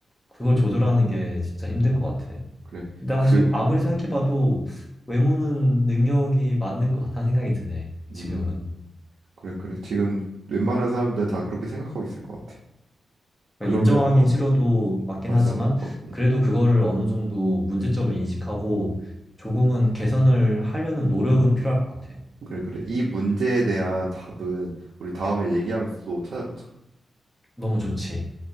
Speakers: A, in the centre; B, on the right.
A: 그걸 조절하는 게 진짜 힘든 것 같아.
B: 그래.
A: 근데 사실
B: 그,
A: 아무리
B: 음,
A: 생각해봐도 외모는 능력이 맞는 것 같다는 생각이 드네,
B: 음,
A: 지금은.
B: 그래, 그래. 지금 웬만한 사람들은 다 그렇게 생각하고 있을 것 같아.
A: 그러니까
B: 그러면,
A: 인정하긴
B: 어,
A: 싫어도 맞긴
B: 맞아.
A: 하지만
B: 어, 음,
A: 그래도 그거를 어느 정도 문제점을 인식하고 조금은 개선을 하려는 노력은 필요할 것 같아.
B: 그래, 그래. 이 문제에 대한 답은 우리 다음에 얘기하면서 또 찾아보자.
A: 너무 좋지.